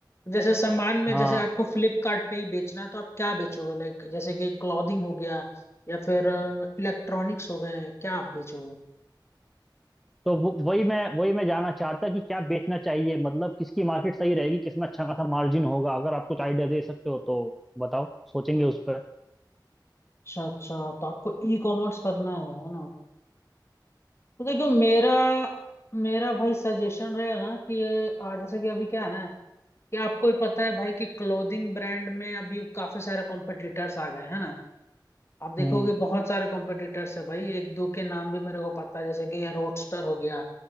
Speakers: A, on the left (about 35°); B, in the centre.
A: जैसे सामान में
B: हाँ
A: जैसे आपको फ्लिपकार्ट पे ही बेचना है तो आप क्या बेचोगे लाइक जैसे कि क्लॉथिंग हो गया या फिर इलेक्ट्रॉनिक्स हो गए क्या आप बेचोगे
B: तो वो वही मैं वही मैं जानना चाहता कि क्या बेचना चाहिए मतलब किसकी मार्केट सही रहेगी किसमें अच्छा खासा मार्जिन होगा अगर आप कुछ आइडिया दे सकते हो तो बताओ सोचेंगे उस पर
A: अच्छा अच्छा तो आपको ई कॉमर्स करना है है ना तो देखियो मेरा मेरा भाई सजेशन रहेगा ना कि अ, जैसे कि अभी क्या है ना कि आपको ही पता है भाई कि क्लोथिंग ब्रांड में अभी काफी सारे कॉम्पिटिटर्स आ गए हैं ना आप देखोगे
B: हम्म
A: बहुत सारे कॉम्पिटिटर्स है भाई एक दो के नाम भी मेरे को पता है जैसे कि ये रोडस्टर हो गया